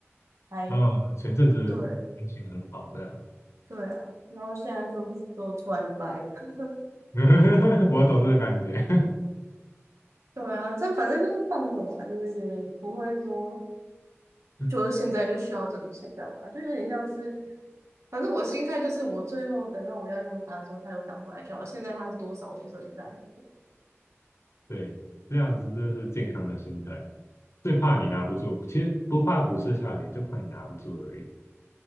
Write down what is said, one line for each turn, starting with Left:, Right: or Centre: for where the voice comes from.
Right: 还
Left: 啊、前阵子心情很好，
Right: 对，
Left: 这样，
Right: 对啊，然后现在就就突然就掰了。<laughs>
Left: <laughs> 我懂这个感觉。
Right: 对啊，这反正就是放着嘛，就是也不会说，
Left: <laughs>
Right: 就是现在就需要这笔钱干嘛，就有点像是，反正我心态就是，我最后等到我要用它的时候，它又涨回来就好。现在它是多少，我不是很在
Left: 对，这样子就是健康的心态。最怕你拿不住，其实不怕股市下跌，就怕你拿不住而已。